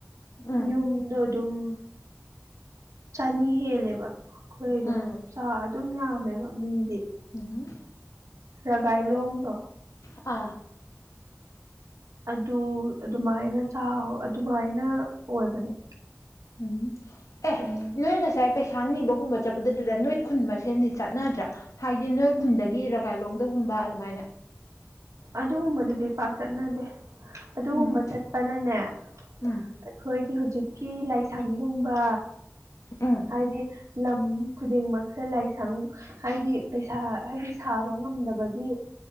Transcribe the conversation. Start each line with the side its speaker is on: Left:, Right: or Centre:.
Left: ꯎꯝ
Right: ꯌꯨꯝꯗꯣ ꯑꯗꯨꯝ ꯆꯅꯤ ꯍꯦꯜꯂꯦꯕ ꯑꯈꯣꯏꯗꯣ
Left: ꯎꯝ
Right: ꯆꯥ ꯑꯗꯨꯝ ꯌꯥꯝꯃꯦꯕ ꯃꯤꯗꯤ
Left: ꯎꯝ
Right: ꯔꯥꯒꯥꯢꯂꯣꯡꯗꯣ
Left: ꯑꯥ
Right: ꯑꯗꯨ ꯑꯗꯨꯃꯥꯏꯅ ꯆꯥꯎ ꯑꯗꯨꯃꯥꯏꯅ ꯑꯣꯏꯕꯅꯦ
Left: ꯎꯝ ꯑꯦ
Right: ꯀꯩꯅꯣꯗꯣ
Left: ꯅꯣꯏ ꯉꯁꯥꯏ ꯄꯩꯁꯥ ꯅꯤꯕꯒꯨꯝꯕ ꯆꯠꯄꯗꯗꯨꯗ ꯅꯣꯏ ꯈꯨꯟ ꯃꯁꯦꯟꯗꯤ ꯆꯠꯅꯗ꯭ꯔꯥ ꯍꯥꯏꯗꯤ ꯅꯣꯏ
Right: ꯎꯝ
Left: ꯈꯨꯟꯗꯒꯤ ꯔꯥ꯫ ꯒꯥꯏꯂꯣꯡꯗꯒꯨꯝꯕ ꯑꯗꯨꯃꯥꯏꯅ
Right: ꯑꯗꯨꯒꯨꯝꯕꯗꯨꯗꯤ ꯄꯥꯛ ꯆꯠꯅꯗꯦ ꯑꯗꯨꯒꯨꯝꯕ
Left: ꯎꯝ
Right: ꯆꯠꯄꯅꯅꯦ
Left: ꯎꯝ
Right: ꯑꯩꯈꯣꯏꯒꯤ ꯍꯧꯖꯤꯛꯀꯤ ꯂꯥꯏꯁꯪꯒꯨꯝꯕ
Left: ꯎꯝ
Right: ꯍꯥꯏꯗꯤ ꯂꯝ ꯈꯨꯗꯤꯡꯃꯛꯁꯦ ꯂꯥꯏꯁꯪ- ꯍꯥꯏꯗꯤ ꯄꯩꯁꯥ ꯍꯥꯏꯗꯤ ꯁꯥꯕ ꯉꯝꯗꯕꯒꯤ-